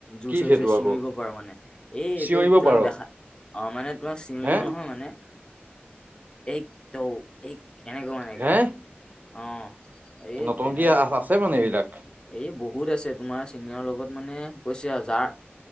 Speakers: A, on the left; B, on the right.
A: জোৰচে
B: কি
A: জোৰছে
B: সেইটো
A: চিঙৰি
B: আকৌ
A: পাৰো মানে এই এইটো
B: চিঞৰিব
A: তুমি
B: পাৰ
A: দেখাত অ', মানে তোমাৰ চিঙৰিব
B: হে
A: নহয় মানে এক দৌ এক কেনেকৈ মানেকে।
B: হে
A: অ', এই
B: নতুনকি
A: যেনেকৈ
B: আ- আছে মানে এইবিলাক?
A: এই বহুত আছে, তোমাৰ চিনিয়ৰৰ লগত মানে কৈছে আৰু যাৰ